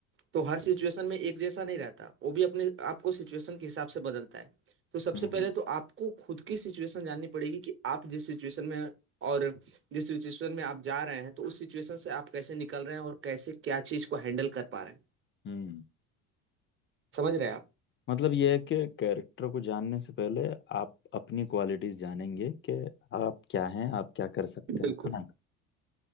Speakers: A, on the right; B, on the left.
A: तो हर सिचुएशन में एक जैसा नहीं रहता वो भी अपने आपको सिचुएशन के हिसाब से बदलता है तो सबसे
B: हम्म
A: पहले तो आपको खुद की सिचुएशन जाननी पड़ेगी कि आप जिस सिचुएशन में हैं और जिस सिचुएशन में आप जा रहे हैं तो उस सिचुएशन से आप कैसे निकल रहे हैं और कैसे क्या चीज को हैंडल कर पा रहे हैं
B: हम्म
A: समझ रहे हैं आप
B: मतलब ये है कि कैरेक्टर को जानने से पहले आप अपनी क्वालिटीज जानेंगे कि आप क्या हैं आप क्या कर सकते
A: बिल्कुल
B: हैं है ना